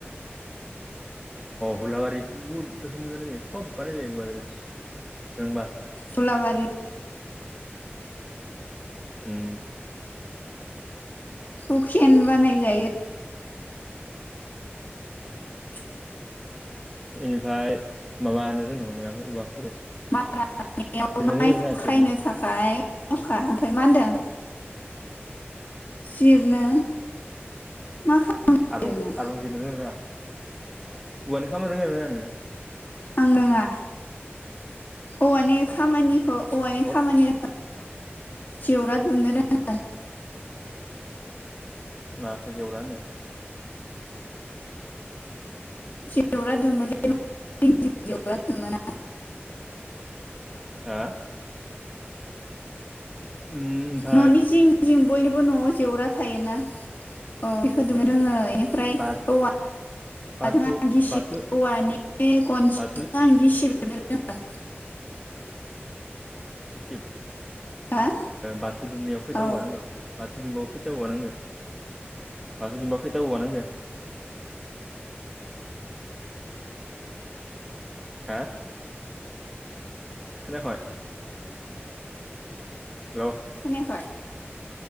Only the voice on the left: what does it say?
हुलााबारि
हुखेन बानायजायो <unintelligible>
मारा होनायाव
माइखौ
खायनो
थाखाय अखा ओमफ्राय मा होनदों जिरनो मा खालामनो
आं रङा औवानि खामानिखौ औवानि
खामानि जेवरा दुमनो रोंङो
जेवरा दुमनाय जायो ना जिं जिं जेवरा दुमोना
न'नि जिं जिं बयनिबो न'आव जेवरा थायोना औ खौ दुमनो रोङो बेनिफ्राय
औवा
औवाजों आं गिसिब
औवानि गनसिजों
आं गिसिब हेबनो रोंङो
रोङा
औ
खोनायाखै